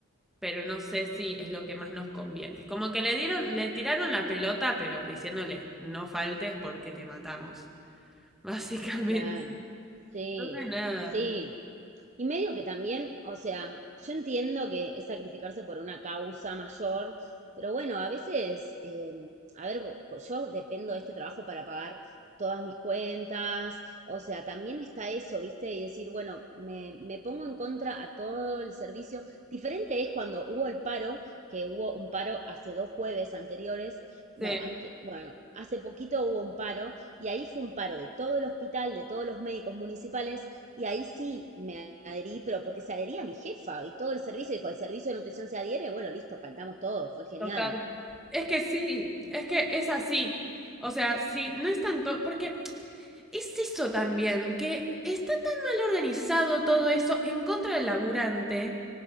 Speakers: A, in the centre; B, on the right.
A: pero no sé si es lo que más nos conviene. Como que le dieron, le tiraron la pelota, pero diciéndole, no faltes porque te matamos. <laughs>
B: Claro.
A: Básicamente.
B: Sí,
A: Entonces, nada.
B: sí, Y medio que también, o sea, yo entiendo que es sacrificarse por una causa mayor, pero bueno, a veces, eh, a ver, vo- yo dependo de este trabajo para pagar todas mis cuentas, o sea, también está eso, ¿viste? Y decir, bueno, me, me pongo en contra a todo el servicio. Diferente es cuando hubo el paro, que hubo un paro hace dos jueves anteriores, no,
A: Sí.
B: ante- bueno, hace poquito hubo un paro y ahí fue un paro de todo el hospital, de todos los médicos municipales y ahí sí me adherí, pero porque se adhería mi jefa y todo el servicio, dijo, el servicio de nutrición se adhiere, bueno, listo, faltamos todo, fue genial.
A: Total. Es que sí, es que es así. O sea, sí, no es tanto, porque es eso también, que está tan mal organizado todo eso en contra del laburante,